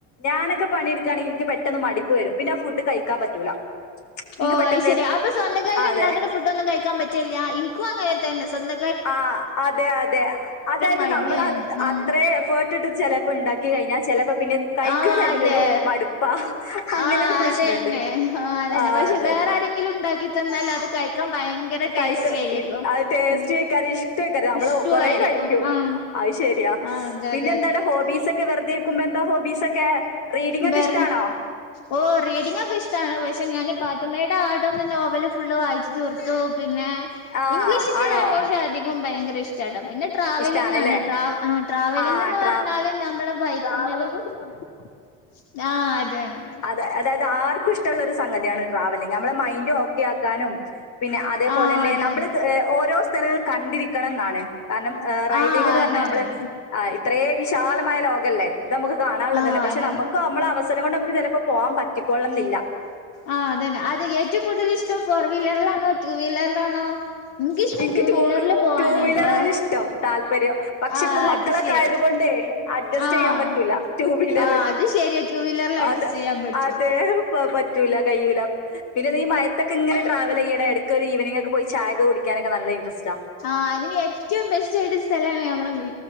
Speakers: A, on the left (about 55°); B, on the left (about 75°).
A: ഞാനൊക്കെ പണിട്ക്കാണെ ഇൻക്ക് പെട്ടന്ന് മടുപ്പ് വരും പിന്നാ ഫുഡ് കഴിക്കാൻ പറ്റൂല. ഇൻക്ക്
B: ഓഹ്
A: പെട്ടെന്ന്
B: അയ് ശര്യ അപ്പം സ്വന്തക്കായിട്ട്
A: ആ അതെ
B: ഇണ്ടാക്ക്ണ ഫുഡൊന്നും കഴിക്കാൻ പറ്റില്ല ഇൻക്കു അങ്ങനെ തന്നെ സ്വന്ത
A: ആഹ് അതെ അതെ അതായത്
B: മടിയാണ്
A: നമ്മളത്
B: ഉം
A: അത്രേ എഫേർട്ട്ട്ട് ചെല പ്പ ഇണ്ടാക്കി കയ്ഞ്ഞാ ചെലപ്പ പിന്നെ കയിക്കുന്ന
B: ആഹ്
A: ടൈമിലൊരു
B: അതെ
A: മടുപ്പാ. അങ്ങനൊരു
B: ആഹ്
A: പ്രശ്നണ്ട്
B: അതന്നെ ആഹ് അതന്നെ
A: ആ
B: പക്ഷെ
A: അതന്നെ
B: വേറാരെങ്കിലും ഉണ്ടാക്കി തന്നാൽ അത് കഴിക്കാൻ ഭയങ്കര.
A: കഴിക്ക
B: ടേസ്റ്റി ആയിരിക്കും
A: ഇ അത് ടേസ്റ്റ്
B: ഉം
A: കഴിക്കാന് ഇഷ്ടേകര നമ്മള്
B: ഇഷ്ടു
A: കൊറേ
B: ആയിരിക്കും
A: കഴിക്കും.
B: ആഹ്
A: അത് ശര്യാ
B: ആഹ് അതെ
A: പിന്നെന്താടാ
B: അതെ അതെ
A: ഹോബീസൊക്കെ വെറുതെ ഇരിക്കുമ്പന്താ ഹോബീസൊക്കെ. റീഡിംഗൊക്കെ
B: വെർ
A: ഇഷ്ടാണോ?
B: ഓഹ് റീഡിംങ് ഒക്കെ ഇഷ്ടണ് പക്ഷെ ഞാന് പാത്തുമയുടെ ആട് എന്ന നോവല് ഫുള്ള് വായിച്ചു തീർത്തു പിന്നെ
A: ആഹ്
B: ഇംഗ്ലീഷിന്റെ
A: ആണോ?
B: ലാംഗ്വേജ് അധികം ഭയങ്കര ഇഷ്ട ട്ടോ പിന്നെ ട്രാവലിംഗ്
A: ഇഷ്ടാണ്ല്ലേ?
B: ആണ് ട്രാ ആഹ് ട്രാവലിംഗ്
A: ആഹ്
B: എന്ന്
A: ട്രാ
B: പറഞ്ഞാല് നമ്മള് ബൈക്കി ട്രാവലിംഗ് പിന്നെ നമ്മുക്കി ആഹ് അതെന്നെ അതെന്നെ
A: അതെ അതായത് ആർക്കും ഇഷ്ടഉള്ള ഒരു സംഗതിയാണ് ട്രാവലിങ് നമ്മളെ മൈൻഡ് ഓക്കെ ആക്കാനും പിന്നെ അതേപോലെ
B: അതന്നെ
A: തന്നെ നമ്മള് ഏഹ് ഓരോ സ്ഥലങ്ങൾ കണ്ടിരിക്കണന്നാണ് കാരണം ഏഹ് റൈഡിംഗ്
B: ആഹ്
A: എന്ന്
B: അതെ
A: പറഞ്ഞാ നമ്മള്
B: അതെ
A: ആഹ് ഇത്രേ വിശാലമായ ലോകല്ലേ ഇത് നമുക്ക് കാണാനുള്ളതന്നെ
B: ആഹ് അതന്നെ അതന്നെ ആഹ്
A: പക്ഷെ
B: അതന്നെ
A: നമുക്ക് നമ്മളെ അവസരം കൊണ്ട് നമുക്ക് ചിലപ്പോ പോവാൻ പറ്റിക്കൊള്ളണംന്നില്ല
B: ആഹ് അതന്നെ അത് ഏറ്റോം കൂടുതൽ ഇഷ്ടം ഫോർ വീലറിലാണോ റ്റു വീലറിലാണോ എനിക്കിഷ്ടം
A: എനിക്ക്
B: ടു
A: റ്റു
B: വീലറിൽ പോവാനാട്ടോ
A: വി വീലറ് ആണ് ഇഷ്ടം താല്പര്യം പക്ഷെ
B: ആഹ്
A: ഇപ്പം മക്കളൊക്കെ
B: അത് ശരി
A: ആയത് കൊണ്ടേ അഡ്ജസ്റ്റ്
B: ആഹ്
A: ചെയ്യാൻ പറ്റൂല റ്റു വീലറ്
B: ആഹ് അത് ശരിയാ ടു വീലറിൽ അഡ്ജസ്റ്റ്
A: അത
B: ചെയ്യാൻ പറ്റൂല
A: അതെ പ പറ്റൂല്ല കഴിയൂല്ല പിന്നെ ഈ മയെത്തൊക്കെ ഇങ്ങനെ ട്രാവൽ ചെയ്യണം എടക്കൊക്കെ ഒരു ഈവനിംഗ് ഒക്കെ പോയി ചായൊക്കെ കുടി ക്കാനൊക്ക നല്ല ഇൻട്രസ്റ്റാ
B: ആഹ് അതിന് ഏറ്റവും ബെസ്റ്റ് ആയിട്ട് സ്ഥലാണ് നമ്മളെ വീ